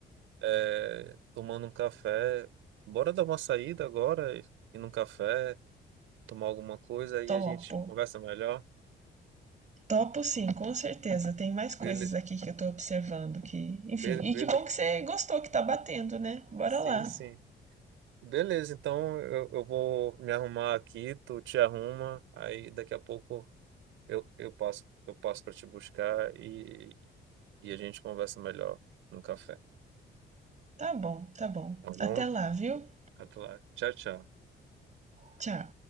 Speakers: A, on the right; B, on the right.
A: é, tomando um café, bora dar uma saída agora, e- ir num café, tomar alguma coisa, aí
B: Topo.
A: a gente conversa melhor.
B: Topo sim, com certeza. Tem mais coisas
A: Bele,
B: aqui que eu tô observando que, enfim,
A: be-
B: e
A: bele,
B: que bom que você gostou que tá batendo, né? Bora
A: sim,
B: lá.
A: sim. Beleza, então eu, eu vou me arrumar aqui, tu te arruma, aí daqui a pouco Eu, eu passo, eu passo para te buscar e, e a gente conversa melhor no café,
B: Tá bom, tá bom.
A: tá bom?
B: Até lá, viu?
A: Até lá. Tchau, tchau.
B: Tchau.